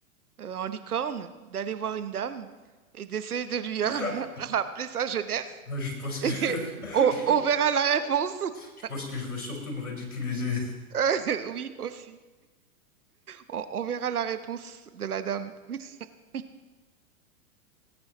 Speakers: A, on the right; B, on the left.
A: euh, en licorne, d'aller voir une dame et d'essayer de lui
B: plaît.
A: <laughs> rappeler sa jeunesse.
B: Là, Je
A: <laughs>
B: pense que
A: Et
B: <laughs>
A: on, on
B: je...
A: verra la réponse. <laughs>
B: je pense que je veux surtout me ridiculiser.
A: Euh, oui, aussi. On, on verra la réponse de la dame. <laughs>